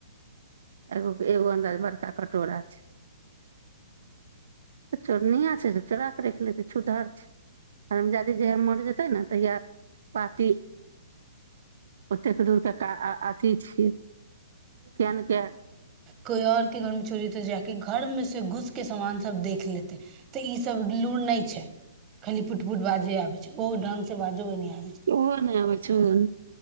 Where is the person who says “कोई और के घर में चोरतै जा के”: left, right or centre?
Right